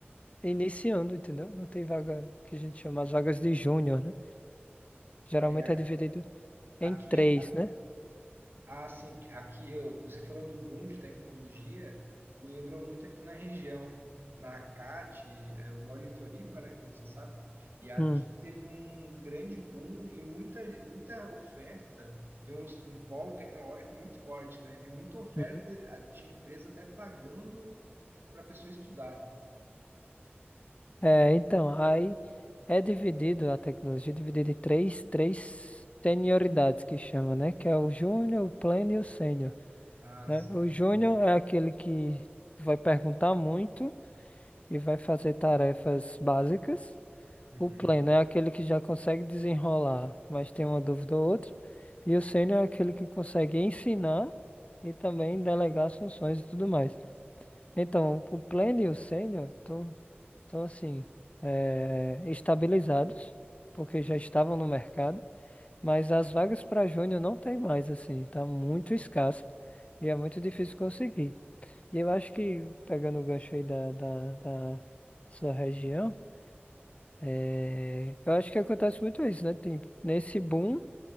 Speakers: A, on the left; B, on the right.
A: iniciando, entendeu? Não tem vaga que a gente chama as vagas de júnior, né? Geralmente
B: É,
A: é dividido em
B: Aqui,
A: três, né?
B: Ah, sim, porque aqui eu- você falou do boom de tecnologia, me lembrou muito aqui na região, na ACAT, eh, eu moro em Floripa, né, como você sabe, e aqui
A: Hum,
B: teve um grande boom e muita, muita oferta, tem uns- um polo tecnológico muito forte, né, e muita oferta,
A: uhum.
B: a- tinha empresa até pagando para a pessoa estudar.
A: É, então, aí é dividido a tecnologia, é dividida em três, três senioridades que chama, né? Que é o júnior, o pleno e o sênior,
B: Ah,
A: né?
B: sim.
A: O júnior é aquele que vai perguntar muito e vai fazer tarefas básicas.
B: Uhum.
A: O pleno é aquele que já consegue desenrolar, mas tem uma dúvida ou outra. E o sênior é aquele que consegue ensinar e também delegar as funções e tudo mais. Então, o pleno e o sênior estão assim, eh, estabilizados, porque já estavam no mercado, mas as vagas para júnior não tem mais, assim, tá muito escassa e é muito difícil conseguir. E eu acho que, pegando o gancho aí da, da da sua região, é, eu acho que acontece muito isso, né? Tem, nesse boom,